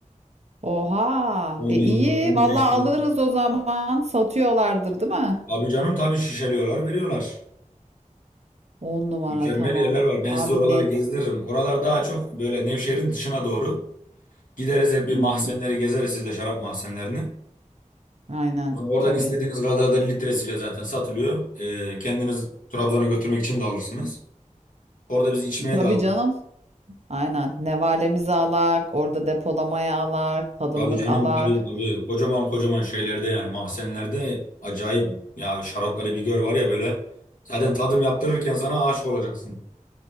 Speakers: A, on the right (about 55°); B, on the left (about 80°).
A: Oha.
B: 10 yıllık,
A: E iyi.
B: 15
A: Vallahi
B: yıllık.
A: alırız o zaman. Satıyorlardır değil mi?
B: Abi canım tabii şişeliyorlar, veriyorlar.
A: on numara
B: Mükemmel
A: tamam.
B: yerler var. Ben
A: Abi
B: size oraları
A: net.
B: gezdiririm. Oralar daha çok böyle Nevşehir'in dışına doğru. Gideriz hep bir
A: Hmm,
B: mahzenleri gezeriz sizle şarap mahzenlerini.
A: aynen.
B: Oradan
A: Tabii.
B: istediğiniz kadar da litresiyle zaten satılıyor. Ee, kendiniz Trabzon'a götürmek için de alırsınız. Orada biz içmeye
A: Tabii
B: de alırız.
A: canım. Aynen. Nevalemiz alak, orada depolamaya alak, tadımlık
B: Tabii canım
A: alak.
B: tabii tabii. Kocaman kocaman şeylerde yani mahzenlerde acayip ya şarapları bir gör var ya böyle. Zaten tadım yaptırırken sana aşık olacaksın.